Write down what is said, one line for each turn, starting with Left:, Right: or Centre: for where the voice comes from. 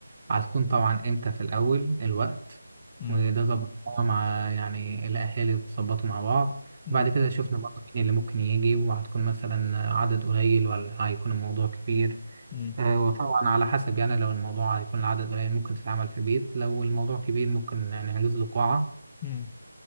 Right: آه، هتكون طبعا إمتى في الأول الوقت
Left: مم.
Right: وده ظبطناه مع يعني الأهالي اتظبطوا مع بعض
Left: مم.
Right: بعد كده شفنا برضه مين اللي ممكن يجي وهتكون مثلا آه، عدد قليل ولا هيكون الموضوع كبير
Left: مم.
Right: آه، وطبعا على حسب يعني لو الموضوع هيكون العدد قليل ممكن تتعمل في البيت لو الموضوع كبير ممكن آه، نحجز له قاعة
Left: مم.